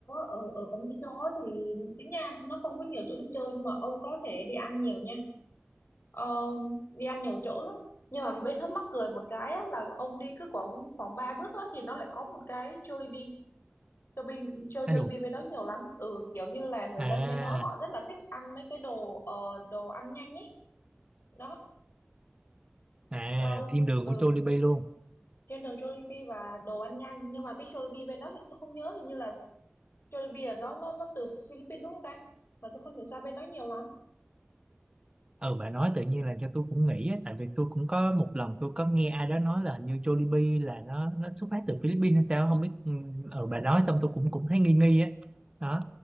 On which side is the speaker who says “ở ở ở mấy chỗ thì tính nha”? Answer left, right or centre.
Left